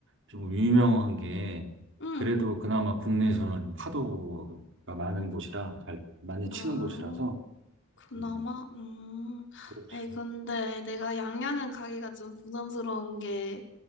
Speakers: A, on the right; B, on the left.
A: 좀 유명한 게
B: 응,
A: 그래도 그나마 국내에서는 좀 파도가 많은 곳이라 잘 많이
B: 아.
A: 치는 곳이라서
B: 그나마?
A: 음,
B: 음.
A: 그렇지.
B: 에이, 근데 내가 양양은 가기가 좀 부담스러운 게